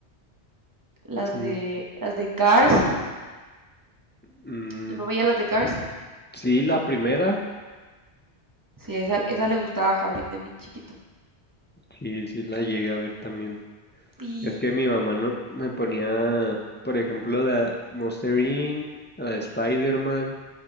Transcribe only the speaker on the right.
las
de, las de Cars.
¿Tú no veías las de Cars?
Sí, esa, esa le gustaba a Jabrín de bien chiquito.
Y,